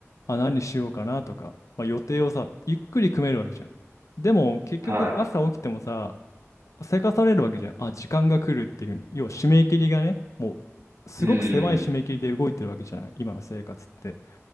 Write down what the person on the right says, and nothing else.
はい。
うん。